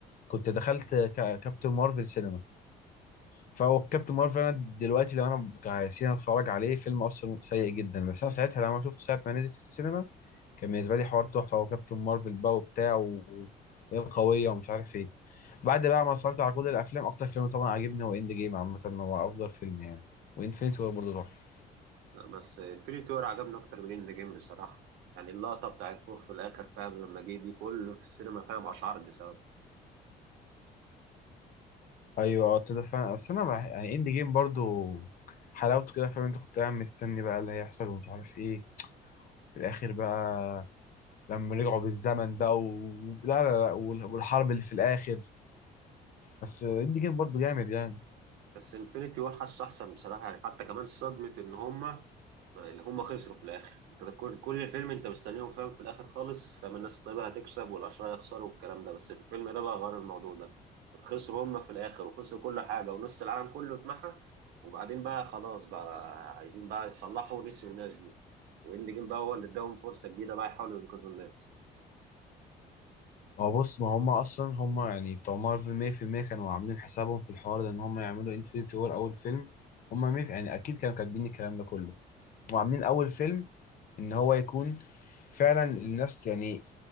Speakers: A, on the left; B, on the right.
A: كنت دخلت كا- كابتن مارفل سينما فهو كابتن مارفل انا دلوقتي لو انا كسينما اتفرج عليه فيلم اصلا سيء جدا بس انا ساعتها لما شفته ساعه ما نزل في السينما كان بالنسبه لي حوار تحفه هو كابتن مارفل بقى وبتاع و... وهي قويه ومش عارف ايه بعد بقى ما اتفرجت على كل الافلام اكتر فيلم طبعا عجبني هو اند جيم عامه هو افضل فيلم يعني وانفينيتي وور برضه تحفه
B: لا، بس انفينيتي وور عجبني اكتر من اند جيم بصراحه يعني اللقطه بتاعت فور في الاخر فاهم لما جه دي كله في السينما فاهم اشعرت بسبب
A: ايوه اه تصدق فعلا بس انا بح... يعني اند جيم برضه حلاوته كده فاهم انت كنت قاعد مستني بقى اللي هيحصل ومش عارف ايه في الاخر بقى لما رجعوا بالزمن بقى و... لا لا لا وال- والحرب اللي في الاخر بس اندي جيم برضه جامد يعني
B: بس انفينيتي وور حاسه احسن بصراحه يعني حتى كمان صدمه ان هم اللي هم خسروا في الاخر انت ده كل كل فيلم انت مستنيهم فاهم في الاخر خالص فاهم الناس الطيبه هتكسب والاشرار يخسروا والكلام ده بس في الفيلم ده بقى غير الموضوع ده خسروا هم في الاخر وخسروا كل حاجه ونص العالم كله اتمحى وبعدين بقى خلاص بقى عايزين بقى يصلحوا نسيوا الناس دي واند جيم بقى هو اللي اداهم فرصه جديده بقى يحاولوا ينقذوا الناس
A: ما هو بص ما هم اصلا هم يعني بتوع مارفل 100% كانوا عاملين حسابهم في الحوار ده ان هم يعملوا انفينيتي وور اول فيلم هم 100 يعني اكيد كانوا كاتبين الكلام ده كله وعاملين اول فيلم ان هو يكون فعلا الناس يعني